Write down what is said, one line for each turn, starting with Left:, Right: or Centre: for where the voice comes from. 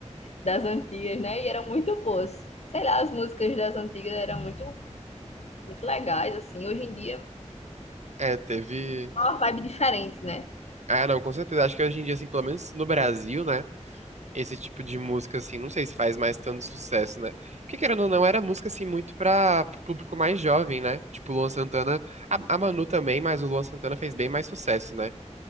Left: das antigas, né, e eram muito boas. Sei lá, as músicas das antigas eram muito, muito legais, assim, hoje em dia.
Right: É, teve.
Left: é Uma vibe diferente, né?
Right: Ah, não, com certeza. Acho que hoje em dia, assim, pelo menos no Brasil, né? esse tipo de música, assim, não sei se faz mais tanto sucesso, né? Porque, querendo ou não, era música, assim, muito pra pro público mais jovem, né? Tipo, o Luan Santana, a, a Manu também, mas o Luan Santana fez bem mais sucesso, né?